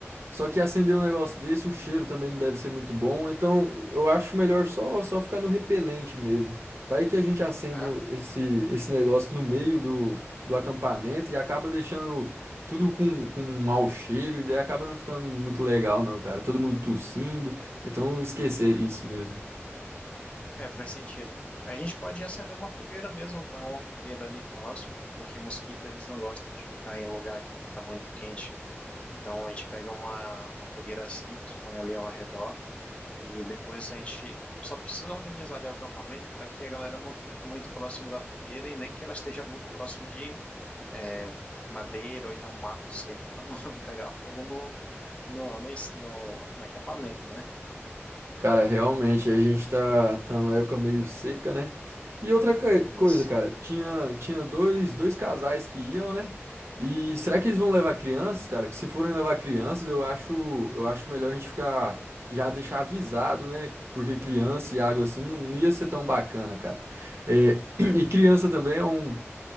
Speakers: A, on the right (about 65°); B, on the left (about 25°).
A: Só que acender um negócio desse, o cheiro também não deve ser muito bom. Então, eu acho melhor só só ficar no repelente mesmo. Vai que a gente acende
B: É,
A: o- esse, esse negócio no meio do, do acampamento e acaba deixando tudo com, com um mau cheiro, e daí acaba não ficando muito legal, não, cara. Todo mundo tossindo. Então, esquecer isso mesmo.
B: é, faz sentido. A gente pode acender uma fogueira mesmo, põe uma fogueira ali próximo, né? Porque mosquito eles não gostam de ficar em lugar que está muito quente. Então a gente pega uma, uma fogueira simples, põe ali ao redor E depois a gente só precisa organizar ali o acampamento para que a galera não fique muito próximo da fogueira e nem que ela esteja muito próximo de é, madeira ou então um mato seco para não <laughs> pegar fogo no, no, no, ens- no- no acampamento, né?
A: Cara, realmente, a gente tá, tá numa época meio seca, né? E outra coi-
B: Isso.
A: coisa, cara, tinha, tinha dois, dois casais que iam, né? E será que eles vão levar crianças, cara? Que se forem levar crianças, eu acho, eu acho melhor a gente ficar, já deixar avisado, né? Porque criança e água assim não, não ia ser tão bacana, cara. É, <clears throat> e criança também é um,